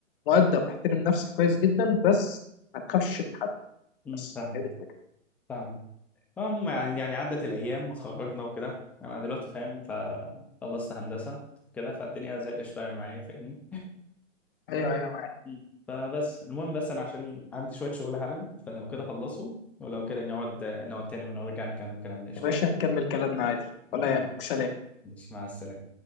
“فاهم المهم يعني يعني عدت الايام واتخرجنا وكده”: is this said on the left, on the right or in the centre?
Centre